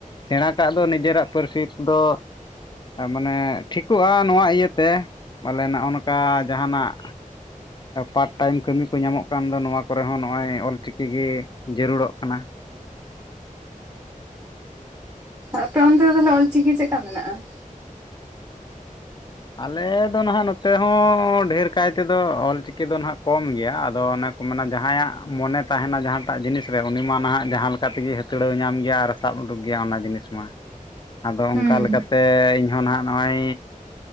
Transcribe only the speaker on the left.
ᱥᱮᱬᱟ ᱠᱟᱜ ᱫᱚ ᱱᱤᱡᱮᱨᱟᱜ ᱯᱟᱹᱨᱥᱤ ᱫᱚ ᱢᱟᱱᱮ ᱴᱷᱤᱠᱚᱜᱼᱟ ᱾ ᱱᱚᱣᱟ ᱤᱭᱟᱹᱛᱮ ᱵᱚᱞᱮ ᱱᱚᱜᱼᱚ ᱱᱚᱝᱠᱟ ᱡᱟᱦᱟᱱᱟᱜ ᱯᱟᱴ ᱴᱟᱭᱤᱢ ᱠᱟᱹᱢᱤ ᱠᱚ ᱧᱟᱢᱚᱜ ᱠᱟᱱ ᱫᱚ ᱱᱚᱣᱟ ᱠᱚᱨᱮ ᱦᱚᱸ ᱱᱚᱜᱼᱚᱭ ᱚᱞ ᱪᱤᱠᱤ ᱜᱮ ᱾ᱯᱪᱫ ᱡᱚᱨᱩᱲᱚᱜ ᱠᱟᱱᱟ ᱾
ᱟᱞᱮ ᱫᱚᱱ ᱱᱟᱦᱟᱜ ᱱᱚᱛᱮ ᱦᱚᱸ ᱰᱷᱮᱨ ᱠᱟᱭᱛᱮᱫᱚ ᱚᱞᱪᱤᱠᱤ ᱫᱚ ᱱᱟᱦᱟᱜ ᱠᱚᱢ ᱜᱮᱭᱟ ᱾ ᱟᱫᱚ ᱚᱱᱮ ᱠᱚ ᱢᱮᱱᱟ ᱡᱟᱦᱟᱸᱭᱟᱜ ᱢᱚᱱᱮ ᱛᱟᱦᱮᱱᱟ ᱡᱟᱦᱟᱸᱴᱟᱜ ᱡᱤᱱᱤᱥ ᱨᱮ ᱩᱱᱤ ᱢᱟ ᱱᱟᱦᱟᱜ ᱡᱟᱦᱟᱸ ᱞᱮᱠᱟ ᱛᱮᱜᱮ ᱦᱟᱹᱛᱲᱟᱹᱣ ᱧᱟᱢ ᱜᱮᱭᱟ ᱟᱨ ᱥᱟᱵ ᱩᱰᱩᱠ ᱜᱮᱭᱟ ᱚᱱᱟ ᱡᱤᱱᱤᱥ ᱢᱟ ᱾
ᱟᱫᱚ
ᱚᱱᱠᱟ ᱞᱮᱠᱟᱛᱮ ᱤᱧᱦᱚᱸ ᱱᱟᱦᱟᱜ ᱱᱚᱜᱼᱚᱭ